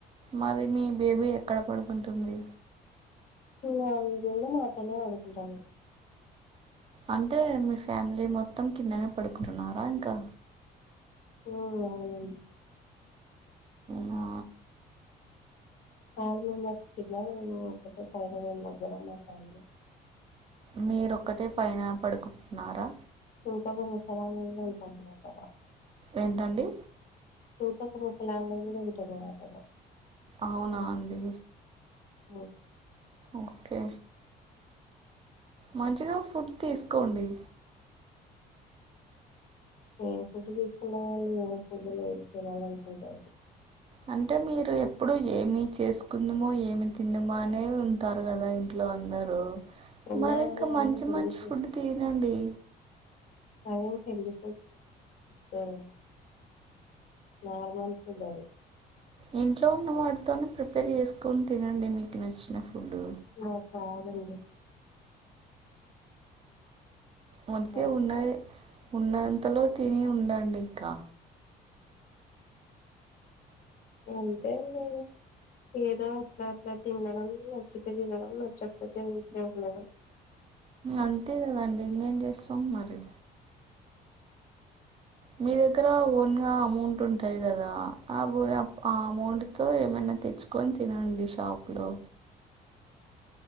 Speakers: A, on the right (about 35°); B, on the left (about 60°).
A: మరి మీ బేబీ ఎక్కడ పడుకుంటుంది
B: మా బేబీ కూడా మాతోనే పడుకుంటుంది
A: అంటే మీ ఫ్యామిలీ మొత్తం కిందనే పడుకుంటున్నారా ఇంకా
B: ఉం అవునండి
A: హా
B: ఫైవ్ మెంబర్స్కి ఇంద నే <unintelligible> ఒక ఫైవ మెంర్ బరా మా ఫ్యామిలీ
A: మీరొక్కటే పైన పడుకుంటున్నారా
B: తకాగా మసాలతాబ <unintelligible>
A: ఏంటండి
B: తూసకుసలావంట <unintelligible>
A: అవునా అండి
B: ఓ
A: ఓకే మంచిగా ఫుడ్ తీసుకోండి
B: ఏం ఫుడ్ తీసుకున్నాలి <unintelligible> ఏం ఫుడ్లు తినాలి అనుకుంటుడి
A: అంటే మీరు ఎప్పుడు ఏమి చేసుకుందమో ఏమి తిందమో అనే ఉంటు ఉంటారు కదా ఇంట్లో అందరు
B: ఉన్నాయి
A: మరి ఇంకా
B: కాని అవి
A: మంచి
B: హెల్దీ
A: మంచి ఫుడ్ తినండి
B: అరే తిండి <unintelligible> నార్మల్ ఫుడ్ అది
A: ఇంట్లో ఉన్న వాటితోనే ప్రిపేర్ చేసుకొని తినండి మీకు నచ్చిన ఫుడ్
B: నాక్ రాదండి
A: వండితే
B: అట్లా
A: ఉన్నదే ఉన్నంతలో తిని ఉండండి ఇంకా
B: అంతేమిలేదు ఏదో అట్లా అట్లా తినడం చ్చితె తినడం నచ్చకపోతే ఊర్కేఅట్ల ఉండడం
A: అంతే గదండి ఇంగేమ్ జేస్తాం మరి మీ దగ్గర ఓన్ గా అమౌంట్ ఉంటది గదా ఆ ప్ ఆ అమౌంట్ తో ఏమైనా తెచ్చుకొని తినండి షాప్ లో